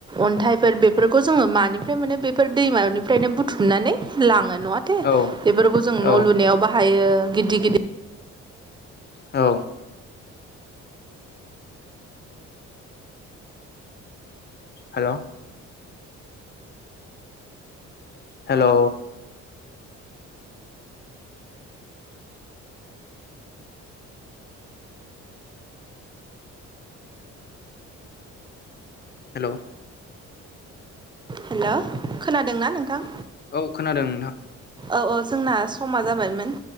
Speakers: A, on the right; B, on the left.
A: अन्थाइफोर बेफोरखौ जोङो मानिफ्राय मोनो बे बेफोर दैमानिफ्रायनो बुथुमनानै लाङो नङाथे
B: औ
A: बेफोरखौ जों न'
B: औ
A: लुनायाव बाहाय थायो गिदिर गिदिर
B: औ हेल' हेल' हेल'
A: हेल' खोनादोंना नोंथां?
B: औ खोनादों नोंथां।
A: औ औ जोंना समा जाबायमोन।